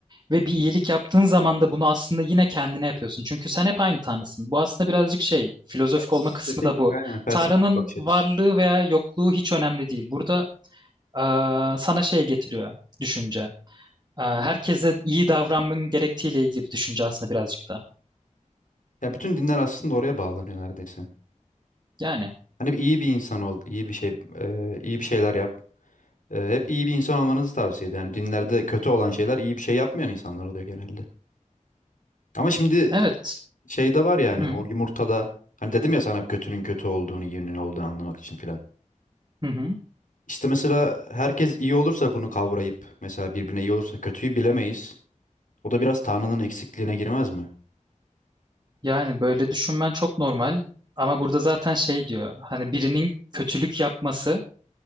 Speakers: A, on the right (about 30°); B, on the left (about 80°).
A: Ve bir iyilik yaptığın zaman da bunu aslında yine kendine yapıyorsun. Çünkü sen hep aynı Tanrısın. Bu aslında birazcık şey, filozofik
B: Felsefik,
A: olma kısmı da bu.
B: aynen felsefik
A: Tanrı'nın
B: bir bakış açısı.
A: varlığı veya yokluğu hiç önemli değil. Burada eee, sana şey getiriyor düşünce. Eee, herkese iyi davranmanın gerektiğiyle ilgili bir düşünce aslında birazcık da.
B: Ya bütün dinler aslında oraya bağlanıyor neredeyse.
A: Yani
B: Hani bir iyi bir insan ol, iyi bir şey, e, iyi bir şeyler yap. E, hep iyi bir insan olmanızı tavsiye ediyor. Yani dinlerde kötü olan şeyler iyi bir şey yapmayan insanlar oluyor genelde. Ama şimdi
A: evet.
B: şey de var yani
A: Hı,
B: o yumurtada hani dedim ya sana kötünün kötü olduğunu, iyinin olduğunu anlamak için filan.
A: hı, hı.
B: İşte mesela herkes iyi olursa bunu kavrayıp mesela birbirine iyi olursa kötüyü bilemeyiz. O da biraz Tanrı'nın eksikliğine girmez mi?
A: Yani böyle düşünmen çok normal. Ama burada zaten şey diyor. Hani birinin kötülük yapması